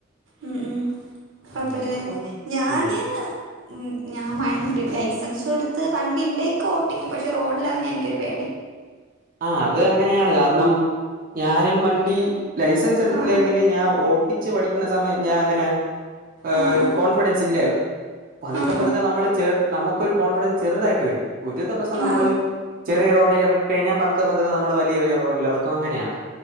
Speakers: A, on the right; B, on the right.
A: ഉം ഉം കുഴപ്പല്ലെ
B: അങ്ങനെ അപ്പം
A: ഞാന്
B: ഉം
A: ഉ ഞാൻ ലൈസൻസും എടുത്ത് വണ്ടി ഇവിടെക്ക്ഓട്ടിക്കും പക്ഷെ റോഡിലിറങ്ങാ എനിക്കൊരു പേടി
B: ആഹ് അത് അങ്ങനെയാണ് കാരണം
A: ആ
B: ഞാനും വണ്ടി ലൈസൻസ് എടുത്തില്ലായിരുന്നെങ്കിൽ
A: ആ ആ
B: ഞാൻ ഓട്ടിച്ച് പഠിക്കണ സമയം ഞാൻ അങ്ങനെ ആഹ്
A: ആ ആ
B: കോൺഫിഡൻസ് ഇല്ലായിരുന്നു പതുക്കെ
A: ആ ആ
B: പതുക്കെ നമ്മള് ചെ നമുക്കൊരു കോൺഫിഡൻസ് ചെറുതായിട്ട് വരും ഒരു ദിവസം നമ്മൾ
A: ആ
B: ചെറിയ റോഡിൽ ഇറക്കി കഴിഞ്ഞാൽ പതുക്കെ പതുക്കെ നമ്മൾ വലിയ വലിയ റോഡിൽ ഇറക്കും അങ്ങനെയാണ്.